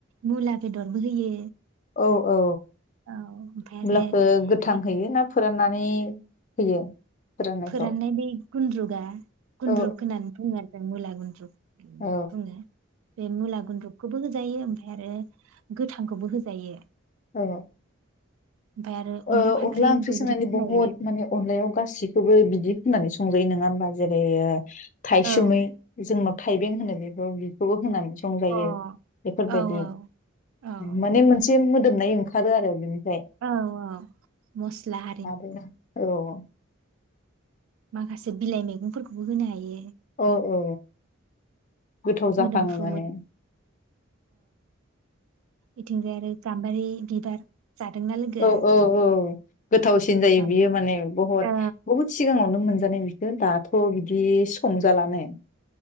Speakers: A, on the right; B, on the left.
A: मुला बेदरबो होयो
B: औ औ
A: औ ओमफ्राय आरो
B: मुलाखो गोथां
A: बे
B: होयो ना फोराननानै होयो फोराननायखौ?
A: फोराननाय बे गुन्द्रुकआ गुन्द्रुक
B: औ
A: होननानै बुङो आरो मुला गुनद्रु बुङो
B: औ
A: बे मुला गुन्द्रु खौबो होजायो ओमफ्राय आरो गोथांखौबो होजायो
B: औ
A: ओमफ्राय आरो
B: औ
A: फाख्रि
B: अनला ओंख्रि
A: बयबो
B: संनानै
A: सिनायो
B: बहुद माने अनलायाव गासिखौबो बिदि बिदि होनानै संजायो नङा होमबा जेरै थायसुमै
A: औ
B: जों माबा थाइबें होनो बेखौ बेखौबो होनानै संजायो
A: अ
B: बेफोरबायदि
A: औ औ औ
B: माने मोनसे मोदोम नाय ओंखारो आरो बिनो
A: औ औ मस्ला हारिनि
B: आरो औ
A: माखासे बिलाइ मैगंफोरखौबो होनो हायो
B: अ औ गोथाव जाखाङो
A: मोदोमफ्रु
B: माने।
A: इथिंजाय आरो गामबारि बिबार जादोंना लोगोआ
B: औ औ औ गोथावसिन जायो
A: गाम
B: बियो माने बहुत
A: औ
B: बुहुत सिगाङावनो मोनो। <unintelligible> दाथ' थ' बिदि संजालानो।